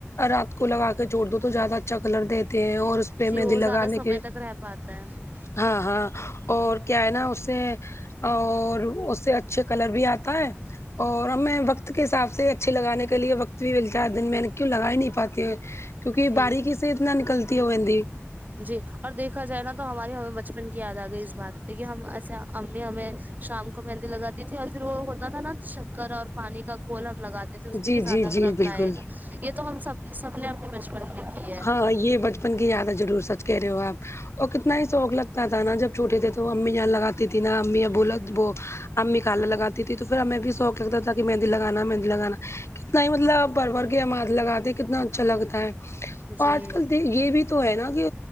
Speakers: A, on the left (about 65°); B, on the right (about 35°).
A: رات کو لگا کے چھوڑ دو تو زیادہ اچھا کلر دے تے ہے اور اس پے
B: جی
A: مہندی
B: وہ
A: لگانے
B: زیادہ سمے
A: کے
B: تک رہ پاتا ہے
A: ہاں ہاں اور اور کیا ہے نا اسے اور اسے اچھے کلر بھی آتا ہے اور ہم میں وقت کے حساب سے اچھے لگانے کے لیے وقت بھی چار دن میں کیوں لگا ہی نہیں پاتے ہے کیونکی
B: جی
A: باریک سے اتنا نکلتی وہ مہندی
B: جی اور دیکھا جائے نا تو ہماری ہمیں بچپن کی یاد آ گئی اس بات پے ہم ایسے امی ہمیں شام کو مہندی لگاتی تھی اور پھر وہ ہوتا تھا نا شککر اور پانی کا گھول ہم لگاتے تھے اس پے
A: جی
B: کی زیادہ
A: جی جی
B: رنگ
A: بالکل
B: آئے گا یے تو ہم سب سب نے اپنے بچپن میں کی ہے
A: ہاں یے بچپن کی یاد ہے ضرور سچ کہہ رہے ہو آپ اور کتنا ہی شوق لگتا تھا نا جب چھوٹے تھے تو وہ امی جان لگاتی تھی نا امی ابو وہ امی کل لگاتی تھی تو پھر ہمیں بھی سوق لگتا تھا کی میہن مہندی لگانا مہندی لگانا کتنا ہی مطلب بھر بھر کے ہم ہاتھ لگاتے ہیں کتنا اچھا لگتا ہے
B: جی
A: آج کل دے یے بھی تو ہے نا کہ